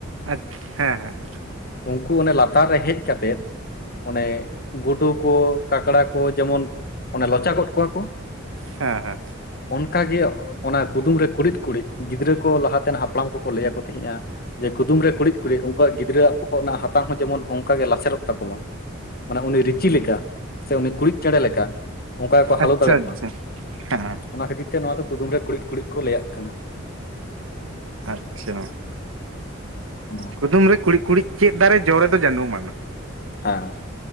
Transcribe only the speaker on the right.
ᱟ ᱦᱮᱸ ᱦᱮᱸ
ᱦᱮᱸ ᱦᱮᱸ
ᱟᱪᱪᱷᱟ
ᱟᱪᱪᱷᱟ
ᱦᱮᱸ
ᱟᱪᱷᱟ
ᱠᱩᱫᱩᱢ ᱨᱮ ᱠᱩᱬᱤᱫ ᱠᱩᱬᱤᱫ ᱪᱮᱫ ᱫᱟᱨᱮ ᱡᱚ ᱨᱮ ᱫᱚ ᱡᱟᱹᱱᱩᱢ ᱟᱱᱟ